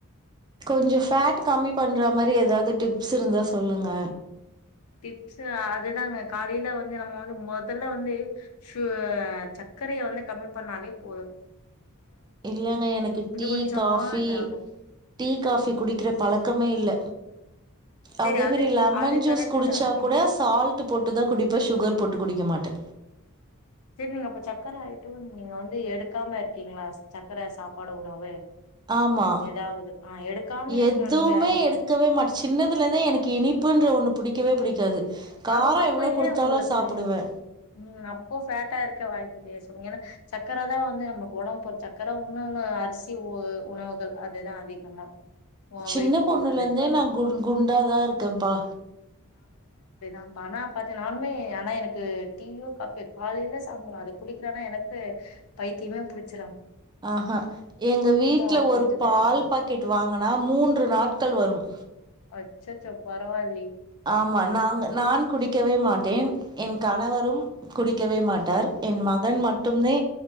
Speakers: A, on the right (about 20°); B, on the left (about 80°).
A: கொஞ்சோ ஃபேட்டு கம்மி பண்ற மாரி ஏதாது டிப்ஸ் இருந்தா சொல்லுங்க
B: டிப்ஸ்ஸு அதுதாங்க காலேல வந்து நம்ம வந்து மொதல்ல வந்து சு சக்கரய வந்து கம்மி பண்ணாலே போதூ
A: இல்லலைங்க எனக்கு டீ
B: கொஞ்சமா
A: காஃபி
B: இதாகு
A: டீ காஃபி குடிக்ற பழக்கமே இல்ல
B: சரி
A: அதே
B: அது
A: மாதிரி லெமன்
B: அது
A: ஜூஸ்
B: கரெக்ட்
A: குடிச்சா
B: தா
A: கூட
B: ம்
A: சால்ட் போட்டுதா குடிப்பே சுகர் போட்டு குடிக்க மாட்டே
B: சரி நீங்க அப்ப சக்கர ஆயிட்டு நீங்க வந்து எடுக்காம இருக்கீங்ளா சக்கர சாப்பாடு உணவு
A: ஆமா
B: ஏதாவது ஆ எடுக்காம இருக்கணு
A: எதுமே
B: நீங்க
A: எடுக்கவே மாட் சின்னதுலெந்தே எனக்கு இனிப்புன்ற ஒன்னு புடிக்கவே புடிக்காது காரோ
B: வரோ அப்ப
A: எவ்ளோ குடுத்தாலு
B: ஏ உங்களுக்கு
A: சாப்புடுவே
B: உம் அப்போ ஃபேட்டா இருக்க வாய்பில்லயே சிஸ் <unintelligible> ஏன்னா சக்கர தா வந்து நமக்கு ஒடம்பு போடூ சக்கர ஒன்னூல்ல அரிசி த உணவுகள் அதுதா அதிகமா
A: சின்ன
B: வெயிட்
A: பொண்ணுல
B: போடுறது
A: இருந்தே
B: காரணம்
A: நா குண் குண்டாதா இருக்கம்பா
B: ம் பானா பாத்தேனாலுமே ஆனா எனக்கு டீயோ காப்பியோ காலேல <unintelligible> அது குடிக்றனா எனக்கு பைத்தியமே புடிச்
A: ஆஹா எங்க வீட்ல
B: அப்படின்ட்டுதா
A: ஒரு பால்
B: இருக்கு
A: பாக்கெட் வாங்கனா மூன்று நாட்கள் வரும்
B: அச்சச்சோ பரவால்
A: ஆமா நாங்க நான் குடிக்கவே மாட்டேன் என் கணவரும் குடிக் க்கவே மாட்டார் என் மகன் மட்டும்தே